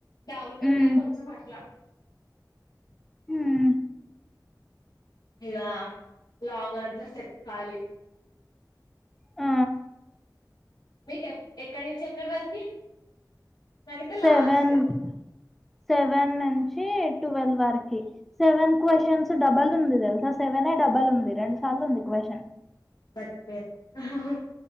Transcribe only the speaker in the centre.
ఉమ్
హ్మ్
ఆ
సెవెన్
సెవెన్ నుంచి ట్వెల్వ్ వరకి సెవెన్ క్వ్చన్స్
డబల్ ఉంది తెలుసా సెవెనే డబల్ ఉంది రెండు సార్లుంది క్వశ్చన్